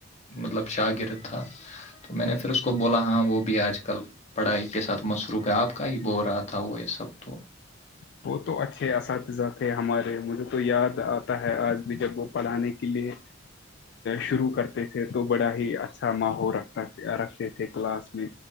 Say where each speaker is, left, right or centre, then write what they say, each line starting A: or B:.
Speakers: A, on the left (about 35°); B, on the left (about 60°).
A: مطلب شاگرد تھا تو میں نے پھر اس کو بولا ہاں وہ بھی آج کل پڑھائی کے ساتھ مصروف ہے آپ کا ہی بول رہا تھا وہ یہ سب تو
B: ب تو اچھے اساتذہ تھے ہمارے مجھے تو یاد آتا ہے آج بھی جب وہ پڑھانے کے لیے شروع کرتے تھے تو بڑا ہی اچھا ماحول رکھتا رکھتے تھے کلاس میں